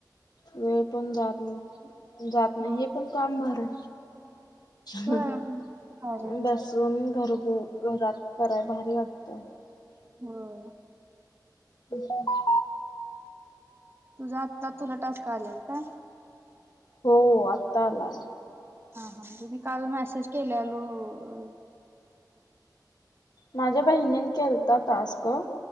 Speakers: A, on the left; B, on the right.
A: वेळ पण जात जात नाही
B: हो
A: हे पण काम भारीय. हं
B: होय
A: हं
B: अरे
A: बसून
B: तस
A: घरु घरात कराय भारी वाटतं.
B: होय.
A: <inaudible>
B: तुझ आत्ता तुला टास्क आल्यात काय?
A: हो आत्ता आलाय.
B: हा हा म्हणजे मी काल मेसेज केल्यालो अ
A: माझ्या बहिणीन केलता टास्क